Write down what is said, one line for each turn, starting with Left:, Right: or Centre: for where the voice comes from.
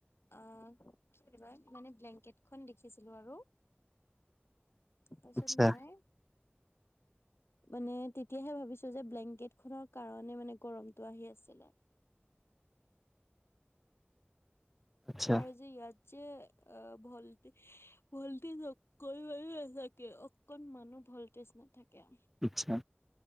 Left: আহ কিিঋবা মানে ব্লেংকেটখনন দেখিছিলো আৰু তাৰপিছত
Centre: আচ্ছা
Left: মই মানে তেতিয়াহে ভাবিছো যে ব্লেংকেট খনৰ কাৰণে মানে গৰমটো আহি আছিলে
Centre: আচ্ছা
Left: আৰু যে ইয়াত যে অ ভালটি ভলটি কৰিব চাগে অকন মানু ভল্টেজ নাথাকে
Centre: আচ্ছা